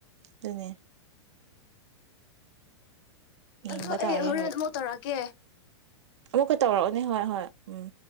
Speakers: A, on the right; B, on the left.
A: ꯑꯗꯨꯅꯦ ꯌꯦꯡꯕ
B: ꯑꯗꯨ
A: ꯇꯥꯔꯦ
B: ꯑꯩ ꯍꯣꯔꯦꯟ ꯑꯃꯨꯛ ꯇꯧꯔꯛꯑꯀꯦ
A: ꯑꯃꯨꯛꯀ ꯇꯧꯔꯛ ꯅꯤ ꯍꯣꯏ ꯍꯣꯏ ꯎꯝ